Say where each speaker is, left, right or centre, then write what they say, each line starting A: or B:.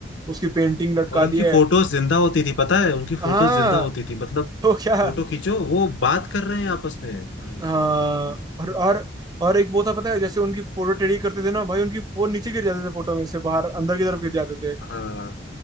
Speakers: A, on the right (about 20°); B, on the left (about 80°).
A: उसकी पेंटिंग लटका
B: और उनकी
A: दी है
B: फोटोज जिंदा होती थी पता है उनकी
A: हाँ
B: फोटोज जिंदा होती थी मतलब
A: तो क्या
B: फोटो खींचो वो बात कर रहे हैं आपस में भाई
A: हाँ
B: साहब बहुत
A: और और और एक वो था पता है जैसे उनकी फोटो टेढ़ी करते थे ना भाई उनकी वो नीचे गिर जाते थे फोटो में से बाहर अंदर की तरफ गिर जाते थे
B: हाँ